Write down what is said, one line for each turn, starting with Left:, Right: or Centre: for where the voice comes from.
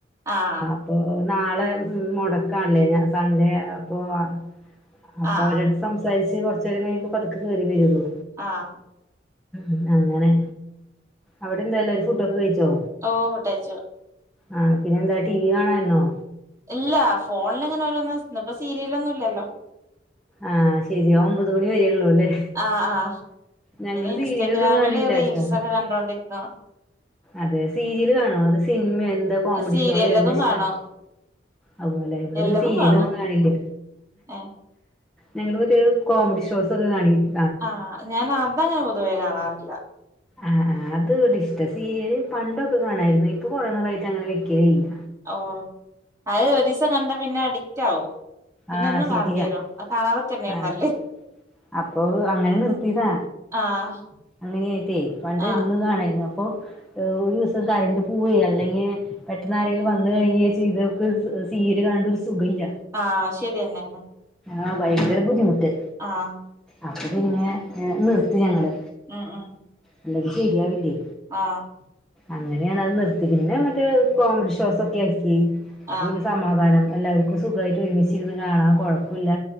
Right: ആഹ്
Centre: പ്പോ നാളെ മുടക്കാല്ലേ ഞാൻ സൺഡേ അപ്പോ ആഹ് അപ്പൊ
Right: ആഹ്
Centre: അവരടുത്ത്
Right: ആഹ്
Centre: സംസാരിച്ച് കൊർചേരം കഴിയുമ്പൊ പതുകെ കേറി വരുള്ളു
Right: ആഹ്
Centre: ഉം അങ്ങനെ അവിടെ എന്താല്ലരു ഫുഡൊക്കെ കഴിച്ചോ
Right: ഓഹ് ഫുഡയിച്ചു
Centre: ആഹ് പിന്നെ എന്താ ടി വി കാണാന്നോ
Right: ഇല്ല ഫോണിൽ ഇങ്ങനെ ഓരോന്നും ഇപ്പ സീരിയലൊന്നും ഇല്ലല്ലോ
Centre: ആഹ് ശരി ഒമ്പത് മണി വരെ ഉള്ളൂ അല്ലേ
Right: ആഹ് ആഹ്
Centre: ഞങ്ങള്
Right: ഇനി ഇൻസ്റ്റഗ്രാമില്
Centre: സീരിയലൊന്നും കാണില്ലാട്ടാ
Right: റീൽസൊക്കെ കണ്ടോണ്ടിരിന്നു
Centre: അതെ സീരിയല് കാണോ അത് സിനിമയോ എന്താ കോമഡി
Right: സീരിയല്ലതും
Centre: ഷോയോ എന്താ ഇഷ്ടം
Right: കാണും
Centre: അഹ് പോല്ലെ ഇവിടെ
Right: എല്ലതും
Centre: പിന്നെ സീരിയലൊന്നും
Right: കാണും
Centre: കാണില്ല
Right: ഏഹ്
Centre: ഞങ്ങൾ ഒരു കോമഡി ഷോസ് ഒക്കെ കാണിക്കും
Right: ആഹ് ഞാൻ അതങ്ങനെ പൊതുവേ കാണാറില്ല
Centre: ആഹ് ആഹ് അത് തിഷ്ട സീരിയല് പണ്ടൊക്കെ കാണായിരുന്നു ഇപ്പൊ കുറെ നാളായിട്ട് അങ്ങനെ വെക്കല് ഇല്ല
Right: ഓഹ് അഹ് ഒരീസം കണ്ട പിന്നെ അഡിക്റ്റ് ആവും പിന്നെ
Centre: ആഹ്
Right: എന്നും
Centre: ശരിയാ
Right: കാണണ്ടി വരും അത് കാണാതൊക്കെന്ന
Centre: ആഹ്
Right: നല്ലത്
Centre: അപ്പൊ അങ്ങനെ നിർത്തിയതാ
Right: ആഹ്
Centre: അങ്ങനെയായിട്ടേ പണ്ട്
Right: ആഹ്
Centre: എന്നും കാണായിരുന്നു അപ്പൊ ഒരു ദിവസം കറണ്ട് പൂവേ അല്ലെങ്കി പെട്ടെന്ന് ആരേങ്ക്ലു വന്ന് കഴിഞെ ചെയ്തോക്ക് സീര് കാണണ്ട ഒരു സുഖല്ല
Right: ആഹ് ശരിയെന്നെണ്
Centre: ആഹ് ഭയങ്കര ബുദ്ധിമുട്ട്
Right: ആഹ്
Centre: അപ്പ പിന്നെ എഹ് നിർത്തി ഞങ്ങള്
Right: ഉം ഉം
Centre: അല്ലെങ്കി ശരിയാാവില്ലേ
Right: ആഹ്
Centre: അങ്ങനെയാണ് അത് നിർത്തി പിന്നെ മറ്റേ കോമഡി ഷോസ്ക്കെ ആക്കി അത്
Right: ആഹ്
Centre: നെ സമാധാനം എല്ലാവർക്കും സുഖയിട്ട് ഒരുമിച്ചിരുന്ന് കാണാം കുഴപ്പല്ല